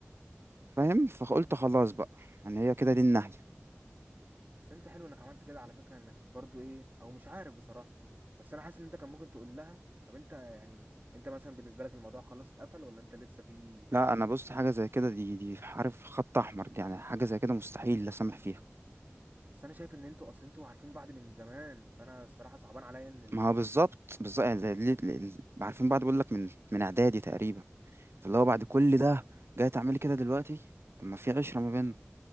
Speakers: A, on the right (about 60°); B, on the right (about 40°).
A: فاهم فقلت خلاص بقى يعني هي كده دي النهايه
B: بس انت حلو انك عملت كده على فكره انك برضو ايه او مش عارف بصراحه بس انا حاسس ان انت كان ممكن تقول لها طب انت يعني انت مثلا بالنسبه لك الموضوع خلاص اتقفل ولا انت لسه في
A: لا انا بص حاجه زي كده دي دي عارف خط احمر دي يعني حاجه زي كده مستحيل لا سامح فيها
B: بس انا شايف ان انتوا اصلا انتوا عارفين بعض من زمان فانا الصراحه صعبان عليا ان ال...
A: ما هو بالظبط بالظبط يعني ال- ال- ال- عارفين بعض بقول لك من من اعدادي تقريبا فاللي هو بعد كل ده جاي تعملي كده دلوقتي طب ما في عشرة ما بيننا